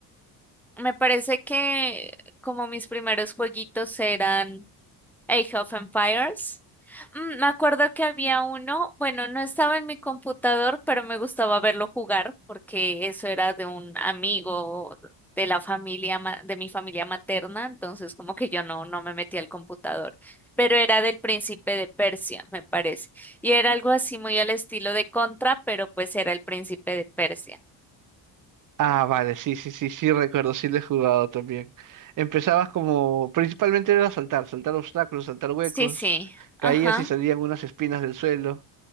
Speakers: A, in the centre; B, on the right.
A: Me parece que como mis primeros jueguitos eran Age of Empires. Mm, me acuerdo que había uno, bueno, no estaba en mi computador, pero me gustaba verlo jugar porque eso era de un amigo de la familia, ma- de mi familia materna, entonces como que yo no, no me metí al computador, pero era del príncipe de Persia, me parece, y era algo así muy al estilo de Contra, pero pues era el príncipe de Persia.
B: Ah, vale, sí, sí, sí, sí, recuerdo, sí lo he jugado también. Empezabas como, principalmente era saltar, saltar obstáculos, saltar huecos,
A: Sí, sí,
B: caías
A: ajá,
B: y salían unas espinas del suelo.